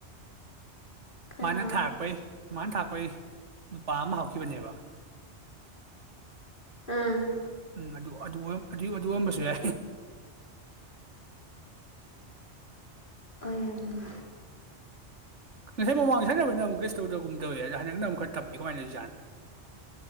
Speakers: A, on the left (about 45°); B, on the right (about 80°).
A: ꯀꯅꯥ
B: ꯃꯥꯅ ꯊꯥꯔꯛꯄꯩ ꯃꯥꯅ ꯊꯥ ꯑꯩꯈꯣꯏ ꯅꯨꯄꯥ ꯑꯃ ꯍꯧꯈꯤꯕꯅꯦꯕ
A: ꯎꯝ
B: ꯎꯝ ꯑꯗꯨ ꯑꯗꯨ ꯑꯗꯨ ꯑꯣꯏꯔꯝꯕꯁꯨ ꯌꯥꯏ
A: ꯑꯣꯔꯝꯅꯤ꯫
B: ꯉꯁꯥꯏ ꯃꯃꯥꯡꯗ ꯁꯥꯟꯅꯕꯅ ꯑꯃꯨꯛ ꯀꯦꯁꯨꯝ ꯇꯧꯗꯧꯒꯨꯝ ꯇꯧꯋ ꯑꯗꯣ ꯍꯟꯗꯛ ꯅ ꯑꯃꯨꯛ ꯈꯔ ꯇꯞꯄꯤ ꯀꯃꯥꯏꯅ ꯇꯧꯔꯤꯖꯠꯅꯣ